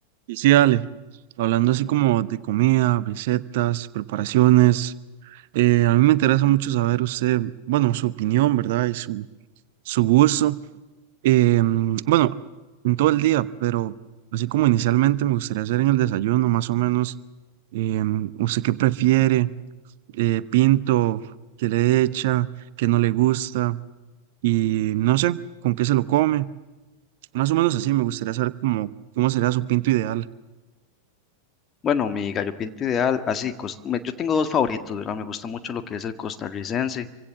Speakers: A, on the right (about 50°); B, on the left (about 25°).
A: Y sí, dale, hablando así como de comida, recetas, preparaciones, eh, a mí me interesa mucho saber usted, bueno, su opinión, ¿verdad? Y su, su gusto, eh, mm, bueno, en todo el día, pero así como inicialmente me gustaría hacer en el desayuno, más o menos, eh, mm, ¿usted qué prefiere? Eh, ¿pinto? ¿Qué le echa? ¿Qué no le gusta? Y no sé, ¿con qué se lo come? Más o menos así, me gustaría saber cómo, cómo sería su pinto ideal.
B: Bueno, mi gallo pinto ideal, así, cos- me- yo tengo dos favoritos, ¿verdad? Me gusta mucho lo que es el costarricense,